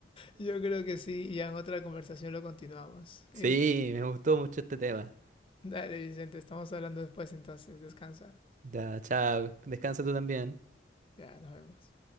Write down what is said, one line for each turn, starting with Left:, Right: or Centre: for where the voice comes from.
Left: Yo creo que sí, y ya en otra conversación lo continuamos.
Right: Sí,
Left: Eh,
Right: me gustó mucho este tema.
Left: Dale, Vicente, estamos hablando después entonces. Descansa.
Right: Ya, chao, descansa tú también.
Left: Ya, nos vemos.